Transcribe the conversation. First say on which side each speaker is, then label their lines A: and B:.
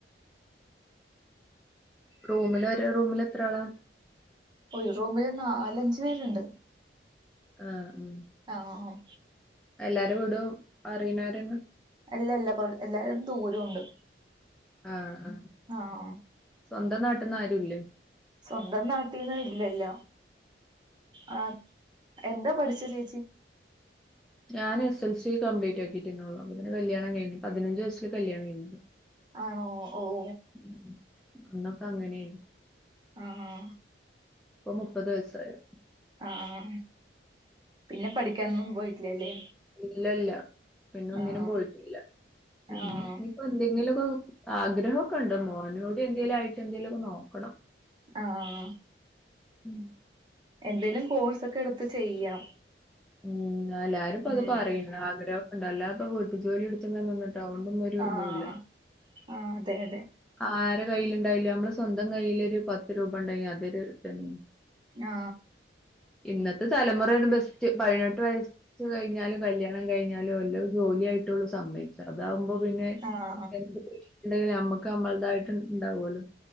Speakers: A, in the centre; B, on the right (about 25°).
A: റൂമില് ഒര് റൂമില് എത്ര ആളാ?
B: ഒരു റൂമില് നാലഞ്ച് പേര്ണ്ട്.
A: ആഹ് ഉം
B: ആഹ്
A: എല്ലാരെ വീടും അറീണോരന്നെ
B: അല്ല അല്ല കൊറെ എല്ലാരോടും ദൂരൊ ഉണ്ട്
A: ആഹ് ആ
B: ആഹ്
A: സ്വന്തം നാട്ട്ന്ന് ആരുല്ലേ?
B: സ്വന്തം നാട്ടീന്ന് ഇല്ലല്ല. ആ എന്താ പഠിച്ചെ ചേച്ചി?
A: ഞാന് എസ് എൽ സി കംപ്ലീറ്റ് ആക്കിറ്റെന്നെ ഒള്ളു അപ്പത്തിന് കല്യാണം കഴിഞ്ഞു പതിനഞ്ച് വയസില് കല്യാണം കഴിഞ്ഞിക്ക്ണ്
B: ആണോ ഓഹ്
A: ഉം അന്നൊക്കെ അങ്ങനെയ്നി
B: ആണോ
A: ഇപ്പൊ മുപ്പത് വയസ്സായി.
B: ആഹ് പിന്നെ പഠിക്കാനൊന്നും പോയിട്ടില്ലല്ലേ?
A: ഇല്ലല്ല, പിന്നെ ഒന്നിനും
B: ആഹ്
A: പോയിട്ടില്ല. പിന്നെ
B: ആഹ്
A: ഇപ്പ എന്തെങ്കിലുമൊക്കെ ആഗ്രഹൊ ക്കെ ഉണ്ട്. മോനോടി എന്തെങ്കലും ആയിട്ട് എന്തേങ്കിലുക്കെ നോക്കണം.
B: ആഹ്.
A: ഉം.
B: എന്തേലും കോഴ്സ് ഒക്കെ എടുത്ത് ചെയ്യാം.
A: ഉം എല്ലാരും ഇപ്പ
B: ഉം
A: അത് പറയുന്ന. ആഗ്രഹം ഉണ്ട് അല്ലാ ഇപ്പൊ വീട്ടു ജോലി എടുത്ത് <unintelligible> നിന്നിട്ട് അതുകൊണ്ടുന്നുരു
B: ആഹ്
A: ഇതുല്ല.
B: ആഹ് അതെ അതെ
A: ആര കൈയിലുണ്ടായിലും നമ്മള് സ്വന്തം കൈയ്യില് ഒരു പത്ത് രൂപ ഉണ്ടങ്കിൽ അതൊരു ഇതെന്നേണ്.
B: ആ.
A: ഇന്നത്തെ തലമുറയാണ് ബസ് റ്റ് പതിനെട്ട് വയസ് കഴിഞ്ഞാലും കല്യാണം കഴിഞ്ഞാലും വല്ല ജോലിയായിട്ടോളു സമ്മയ് ചെറുതാവുമ്പോ പിന്നെ
B: ആഹ്
A: എന്തങ്കി എന്ത്ങ്കിലും നമ്മക്ക് നമ്മളതായിട്ടും ഇണ്ടാവുല്ലോ.